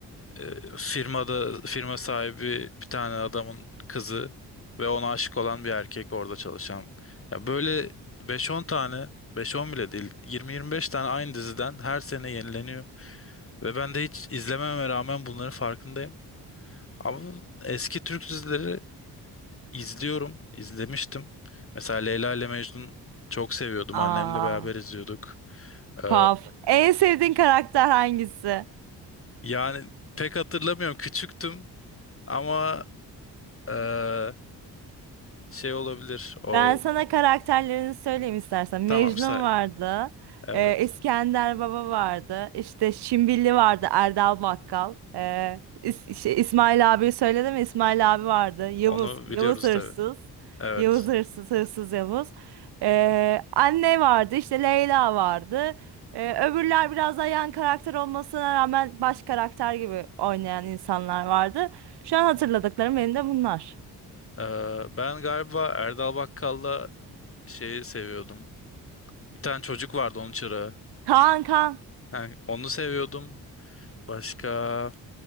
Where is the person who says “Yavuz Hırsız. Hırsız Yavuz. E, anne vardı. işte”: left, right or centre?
Right